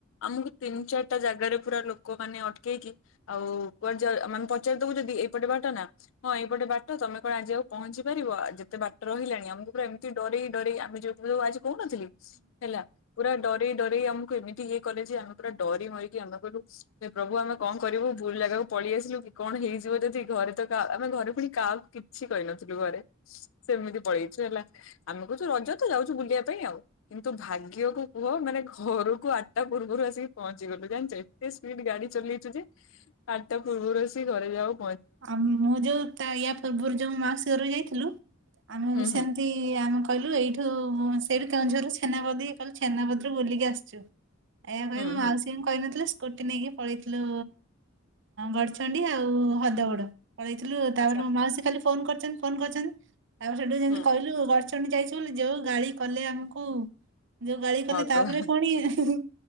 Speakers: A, on the left (about 65°); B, on the right (about 60°).
A: ଆମକୁ ତିନି ଚାରିଟା ଜାଗାରେ ପୁରା ଲୋକମାନେ ଅଟକେଇକି ଆଉ କୁଆଡେ ଯା ମାନେ ପଚାରି ଦବୁ ଯଦି ଏପଟେ ବା ବାଟ ନା ହଁ ଏଇପଟେ ବାଟ ତମେ କଣ ଆଜି ଆଉ ପହଞ୍ଚି ପାରିବ ଯେତେ ବାଟ ରହିଲାଣି ଆମକୁ ପୁରା ଏମ ଡରେଇ ଡରେଇ ଆମେ ଯୋଉ <unintelligible> ଆଜି କହୁନଥିଲି ହେଲା ପୁରା ଡ ଡରେଇ ଡରେଇ ଆମକୁ ଏମିତି ହିଁ କଲେ ଯେ ଆମ ପୁରା ଡରି ମରିକି ଆମେ କହିଲୁ ହେ ପ୍ରଭୁ ଆମେ କଣ କରିବୁ ଭୁଲ ଲାଗାକୁ ପଳେଇ ଆସିଲୁ କି କଣ ହେଇଯିବ ଯଦି ଘ ଘରେ ତ କା ଆମେ ଘରେ ପୁଣି କାହାକୁ କିଛି କହିନଥିଲୁ ଘରେ ସେମିତି ପଳେଇଛୁ ହେଲା। ଆମେ କହୁଛୁ ରଜ ତ ଯାଉଛୁ ବୁଲିବା ପାଇଁ ଆଉ କିନ୍ତୁ ଭାଗ୍ୟକୁ କୁହ ମାନେ ଘରକୁ ଆଠଟା ପୂର୍ବରୁ ଆସିକି ପହଞ୍ଚି ଗଲୁ ଜାଣିଛ ଏତେ ସ୍ପିଡ ଗାଡି ଚଲେଇଛୁ ଯେ ଆଠଟା ପୂର୍ବରୁ ଆସି ଘରେ ଯାହଉ
B: ଆଉ ମୁଁ ଯୋଉ ତା ୟା ପୂର୍ବରୁ ଯେଉଁ ମାଉସୀ ଘରକୁ ଯାଇଥିଲୁ ଆମେ
A: ହୁଁ
B: ବି ସେମିତି
A: ହୁଁ
B: ଆମେ କହିଲୁ ଏଇଠୁ-ଉ-ଉ ସେରି କେଉଁଝରରୁ ଛେନାବଦୀ କାଲି ଛେନାବଦୀରୁ ବୁଲିକି ଆସିଛୁ ଏୟା କହି
A: ହୁଁ
B: ମୋ ମାଉସୀଙ୍କୁ
A: ହୁଁ
B: କହିନଥିଲା ସେ କୁଟି ନେଇକି ପଳେଇଥିଲୁ ଗଡ଼ଚଣ୍ଡି ଆଉ ହଦଗଡ। ପଳେଇଥିଲୁ ତାପରେ
A: ଆଚ୍ଛା
B: ମୋ ମାଉସୀ ଖାଲି ଫୋନ କରିଛନ୍ ଫୋନ କରିଛନ୍ ତାପରେ ସେଠୁ
A: ହୁଁ।
B: କହିଲୁ ଗଡ୍ ପାଚମିନଟି ଯାଇଛୁ ବୋଲି ଯୋଉ ଗାଳି କଲେ ଆମକୁ ଯୋଉ ଗାଳି
A: ଭଗବାନ
B: କଲେ ତାପରେ ପୁଣି ହିଁ ହିଁ ହିଁ